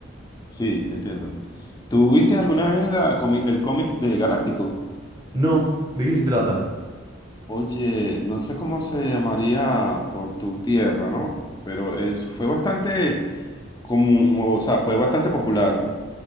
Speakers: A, on the left; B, on the right.
A: sí, te entiendo. ¿Tú viste alguna vez la comi- el cómic de Galáctico?
B: No, ¿de qué se trata?
A: Oye, no sé cómo se llamaría por tu tierra, ¿no? Pero es, fue bastante como, o sea, fue bastante popular.